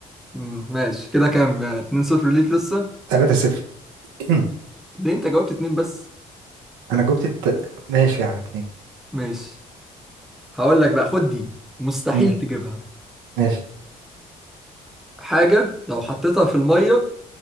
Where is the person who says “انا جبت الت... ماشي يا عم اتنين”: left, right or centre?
Right